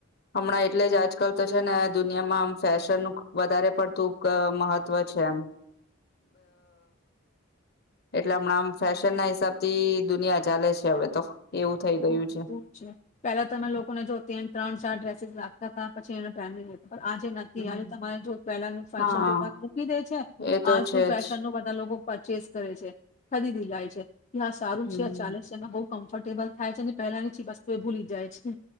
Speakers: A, on the left (about 50°); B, on the left (about 35°).
A: હમણાં એટલે જ આજકાલ તો છે ને દુનિયામાં આમ ફેશનનું વધારે પડતું મહત્વ છે એમ એટલે હમણાં આમ ફેશન ના હિસાબ થી દુનિયા ચાલે છે હવે તો એવું થઇ ગયું
B: હા
A: છે
B: તું પેલા તમે લોકોને જો ત ત્રણ ચાર ડ્રેસીસ રાખતા હતા પછી એને પેન લ પણ આજે નથી
A: હમ
B: આજે તમારે જો પેલાનું ફેશન
A: હા
B: તો મૂકી દે છે
A: એ તો
B: આજનું
A: છે
B: ફેશન
A: જ
B: ન બધા લોકો પચીસ કરે છે ખરીદી જાય છે. કે હ સારું
A: હમ
B: છે ચાલે છે ને હો. કમ્ફર્ટેબલ થાય છે ને પહેલા ની જી બસ્તુ એ ભૂલી જાય છે.